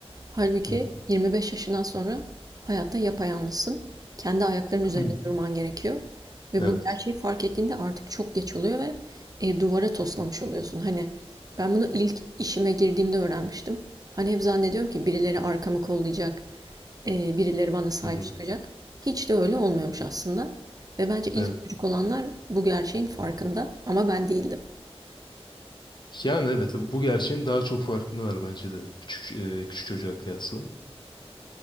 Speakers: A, on the right; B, on the left.
A: Halbuki
B: Hı hı.
A: 25 yaşından sonra hayatta yapayalnızsın. Kendi ayaklarının
B: <clears throat>
A: üzerinde durman gerekiyor. Ve
B: Evet.
A: bu gerçeği fark ettiğinde artık çok geç oluyor ve e, duvara toslamış oluyorsun. Hani ben bunu ilk işime girdiğimde öğrenmiştim. Hani hep zannediyorum ki birileri arkamı kollayacak, Eee, birileri bana sahip
B: Hı hı.
A: çıkacak. Hiç de öyle olmuyormuş aslında ve bence ilk
B: Evet.
A: çocuk olanlar bu gerçeğin farkında ama ben değildim.
B: Yani evet bu gerçeğin daha çok farkındalar bence de küçük e, küçük çocuğa kıyasla.